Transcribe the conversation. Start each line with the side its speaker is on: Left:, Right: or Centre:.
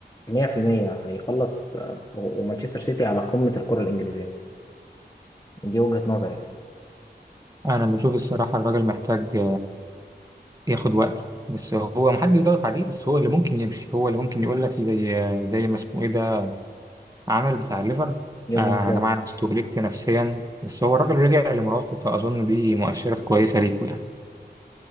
Left: مية في المية هيخلص آه، و- ومانشستر سيتي على قمة الكرة الإنجليزية دي وجهة نظري يعني
Right: انا بشوف الصراحه الراجل محتاج ياخد وقته بس هو محدش ضغط عليه بس هو اللي ممكن يمشي هو اللي ممكن يقول لك زي زي ما اسمه ايه ده عمل بتاع الليفر
Left: يورجن
Right: آه
Left: كلوب
Right: يا جماعه انا استهلكت نفسيا بس هو الراجل رجع لمراته فاظن دي مؤشرات كويسه ليكوا يعني